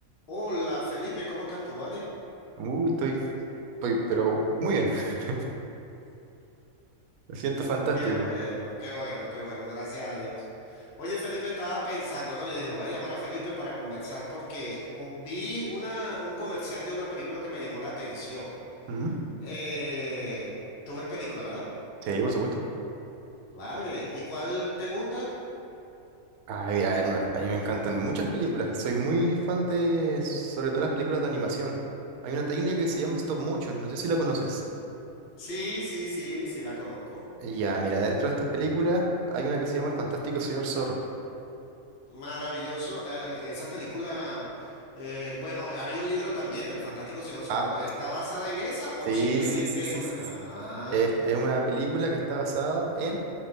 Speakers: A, on the left; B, on the right.
A: Hola Felipe, ¿cómo estás tú, vale?
B: Uy, estoy, estoy, pero muy bien. <laughs> Me siento fantástico.
A: Qué bueno, qué bueno, qué bueno, gracias a Dios. Oye Felipe, estaba pensando, ¿no? Yo dije, voy a llamar a Felipe para conversar porque uh, vi una, un comercial de una película que me llamó la atención.
B: Ujú.
A: Eh, tú ves película, ¿verdad?
B: Sí, por supuesto.
A: Vale, ¿y cuál te gusta?
B: Ay, a ver, me- a mí me encantan muchas películas. Soy muy fan de, sobre todo las películas de animación. Hay una técnica que se llama stop motion, no sé si la conoces.
A: Sí, sí, sí, sí, la conozco.
B: Ya, mira, dentro de estas películas hay una que se llama El Fantástico Señor Zorro.
A: Maravilloso, eh, eh, esa película, eh, bueno, hay un libro también del Fantástico Señor Zorro.
B: Ah,
A: ¿Está basada en esa o
B: sí,
A: simplemente
B: sí, sí, sí,
A: es una...
B: sí.
A: Ah,
B: sí. sí. Es, es una película que está basada en